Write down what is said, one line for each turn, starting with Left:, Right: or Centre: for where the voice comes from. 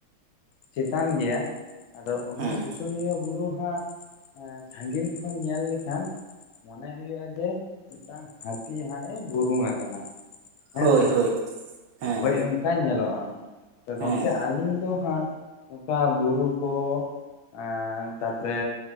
Left: ᱪᱮᱛᱟᱱ ᱜᱮᱭᱟ᱾ ᱟᱫᱚ ᱚᱱᱟ
Right: ᱦᱮᱸ
Left: ᱥᱩᱥᱩᱱᱤᱭᱟᱹ ᱵᱩᱨᱩ ᱦᱟᱸᱜ, ᱥᱟᱺᱜᱤᱱ ᱠᱷᱚᱱ ᱧᱮᱞ ᱞᱮᱠᱷᱟᱱ ᱢᱚᱱᱮ ᱦᱩᱭᱩᱜᱼᱟ ᱡᱮ ᱢᱤᱫᱴᱟᱝ ᱦᱟᱹᱛᱤ ᱦᱟᱸᱜ ᱮ ᱵᱩᱨᱩᱝ ᱟᱠᱟᱱᱟ᱾ ᱦᱮᱸ
Right: ᱦᱳᱭ
Left: ᱥᱮ
Right: ᱦᱳᱭ᱾ ᱦᱮᱸ
Left: ᱦᱳᱭ ᱚᱱᱠᱟ ᱧᱮᱞᱚᱜᱼᱟ, ᱛᱚ ᱜᱚᱝᱠᱮ
Right: ᱦᱮᱸ
Left: ᱟᱞᱤᱧ ᱫᱚ ᱦᱟᱸᱜᱼᱼ ᱱᱚᱝᱠᱟ ᱵᱩᱨᱩ ᱠᱚ ᱮ ᱛᱟᱯᱨᱮ,